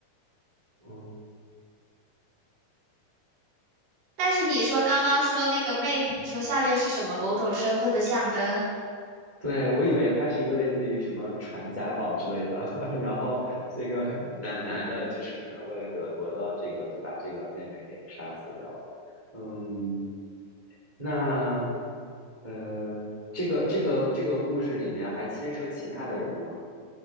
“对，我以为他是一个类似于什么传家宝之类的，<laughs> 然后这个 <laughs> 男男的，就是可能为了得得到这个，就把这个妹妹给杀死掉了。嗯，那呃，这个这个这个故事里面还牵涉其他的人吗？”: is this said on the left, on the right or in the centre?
Right